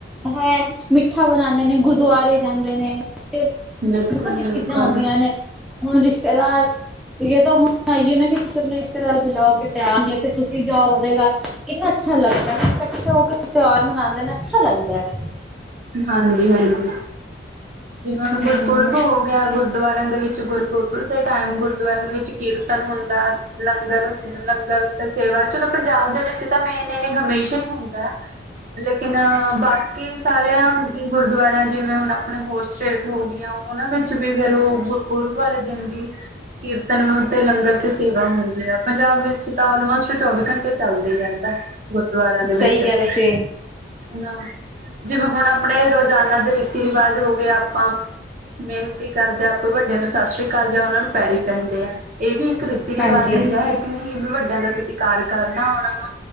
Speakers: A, in the centre; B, on the right.
A: ਹੈ ਮਿੱਠਾ ਬਣਾਂਦੇ ਨੇ, ਗੁਰਦੁਆਰੇ ਜਾਂਦੇ ਨੇ ਤੇ
B: ਬਿਲਕੁਲ
A: ਬਹੁਤ ਹੀ
B: ਬਿਲਕੁਲ
A: ਚੀਜ਼ਾਂ ਹੁੰਦੀਆਂ ਨੇ। ਹੁਣ ਰਿਸ਼ਤੇਦਾਰ ਜਾਂ ਤਾਂ ਹੁਣ ਆਈਏ ਨਾ ਕਿ ਕਿਸੇ ਨੂੰ ਰਿਸ਼ਤੇਦਾਰ ਬੁਲਾਓ ਕਿਤੇ ਆਉਣਗੇ। ਤੇ ਤੁਸੀਂ ਜਾਓ ਉਹਦੇ ਘਰ, ਕਿੰਨਾ ਅੱਛਾ ਲੱਗਦਾ ਇਕੱਠੇ ਹੋ ਕੇ ਤਿਉਹਾਰ ਮਨਾਂਦੇ ਨੇ ਅੱਛਾ ਲੱਗਦਾ ਐ।
B: ਹਾਂਜੀ ਹਾਂਜੀ, ਜਿਵੇਂ ਹੁਣ
A: ਹੂੰ,
B: ਗੁਰਪੁਰਬ ਹੋ ਗਿਆ ਗੁਰਦੁਆਰਿਆਂ ਦੇ ਵਿੱਚ ਗੁਰੁਪੂਰਬ ਦੇ ਟਾਈਮ ਗੁਰਦੁਆਰਿਆਂ ਦੇ ਵਿੱਚ ਕੀਰਤਨ ਹੁੰਦਾ। ਲੰਗਰ ਲੰਗਰ ਤੇ ਸੇਵਾ ਚਲੋ ਪੰਜਾਬ ਦੇ ਵਿੱਚ ਤਾਂ ਮੇਨ ਇਹ ਹਮੇਸ਼ਾ ਹੀ ਹੁੰਦਾ। ਲੇਕਿਨ ਬਾਕੀ ਸਾਰਿਆਂ ਗੁਰਦੁਆਰਿਆਂ ਜਿਵੇਂ ਹੁਣ ਆਪਣੇ ਹੋਸ ਸੇਟ ਹੋ ਗਈਆਂ, ਉਹਨਾਂ ਵਿੱਚ ਵੀ ਫਿਰ ਉਹ ਗੁਰਪੁਰਬ ਵਾਲੇ ਦਿਨ ਵੀ ਕੀਰਤਨ ਤੇ ਲੰਗਰ ਤੇ ਸੇਵਾ ਹੁੰਦੀ ਆ, ਪੰਜਾਬ ਵਿੱਚ ਤਾਂ ਆਲਮੋਸਟ ਚੌਵੀ ਘੰਟੇ ਚੱਲਦਾ ਹੀ ਰਹਿੰਦਾ ਗੁਰਦੁਆਰਿਆਂ ਦੇ
A: ਸਹੀ
B: ਵਿੱਚ।
A: ਕਿਹਾ
B: ਹਨਾ,
A: ਤੁਸੀਂ
B: ਜਿਵੇਂ ਹੁਣ ਆਪਣੇ ਰੋਜ਼ਾਨਾ ਦੇ ਰੀਤੀ ਰਿਵਾਜ ਹੋ ਗਏ ਆਪਾਂ ਮੇਨ ਕੀ ਕਰਦਾ ਆਪਾਂ ਵੱਡਿਆਂ ਨੂੰ ਸਸ ਸੀ ਕਾਲ ਜਾਂ ਉਹ ਨੂੰ ਪੈਰੀ ਪੈਂਦੇ ਆ ਇਹ ਵੀ ਇੱਕ ਰੀਤੀ ਰਿਵਾਜ
A: ਹਾਂਜੀ।
B: ਹੀ ਆ, ਹੈ ਕਿ ਨਹੀਂ ਵੀ ਵੱਡਿਆਂ ਦਾ ਸਤਿਕਾਰ ਕਰਨਾ ਉਹਨਾਂ ਨੂੰ